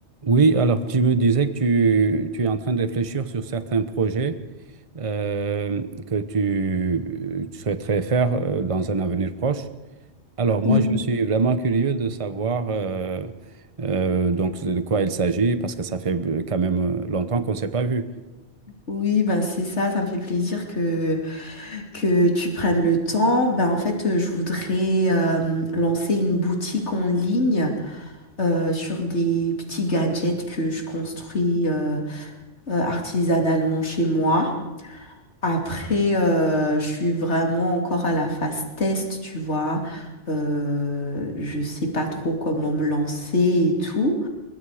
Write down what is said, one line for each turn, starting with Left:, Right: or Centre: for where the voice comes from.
Right: Oui, alors tu me disais que tu, tu es en train de réfléchir sur certains projets euh, que tu, tu souhaiterais faire euh, dans un avenir proche. Alors moi,
Left: Oui,
Right: je suis vraiment curieux de savoir euh, euh, donc de quoi il s'agit parce que ça fait euh, quand même euh, longtemps qu'on ne s'est pas vu.
Left: oui, ben c'est ça, ça me fait plaisir que, que tu prennes le temps. Ben en fait, euh, je voudrais euh, lancer une boutique en ligne euh, sur des petits gadgets que je construis euh, euh, artisanalement chez moi. Après, euh, je suis vraiment encore à la phase test, tu vois. Euh, je sais pas trop comment me lancer et tout.